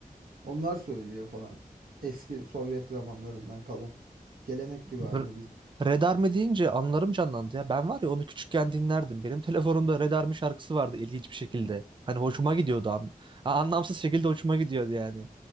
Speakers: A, on the right; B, on the right.
A: Onlar söylüyor falan. Eski Sovyet zamanlarından kalan. Gelenek gibi
B: Br-
A: aynı biz.
B: Red Army deyince anılarım canlandı ya. Ben var ya onu küçükken dinlerdim. Benim telefonumda Red Army şarkısı vardı ilginç bir şekilde. Hani hoşuma gidiyordu. An A- anlamsız şekilde hoşuma gidiyordu yani.